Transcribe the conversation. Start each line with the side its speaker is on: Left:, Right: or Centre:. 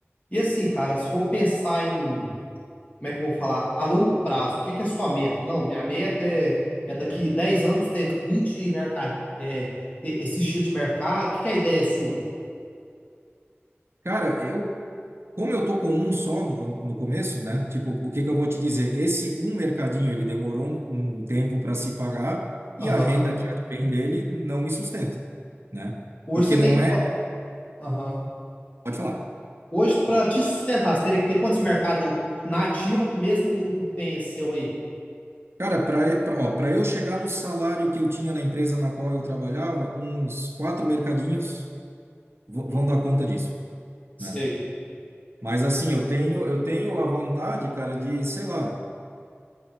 Left: E assim, cara, se for pensar em, como é que eu vou falar, a longo prazo, o que que é a sua meta? Não, minha meta é, é daqui 10 anos ter 20 mercado, é, de- esse estilo de mercado, o que que é a ideia sua?
Right: Cara, eu, como eu tô com um só no, no começo, né? Tipo, o que que eu vou te dizer? Esse um mercadinho, ele demorou um, um tempo para se pagar
Left: Aham.
Right: e a renda que advém dele não me sustenta, né?
Left: Hoje
Right: Porque
Left: você tem
Right: não
Left: que.
Right: é,
Left: fa- Aham.
Right: pode falar.
Left: Hoje, para te sustentar, você teria que ter quantos mercados na ativa com o mesmo lucro que tem esse seu aí?
Right: Cara, para eu chegar no salário que eu tinha na empresa na qual eu trabalhava, uns quatro mercadinhos v-
Left: Uhum.
Right: vão dar conta disso,
Left: Sei,
Right: né? Mas assim, eu tenho, eu tenho a vontade, cara, de, sei lá,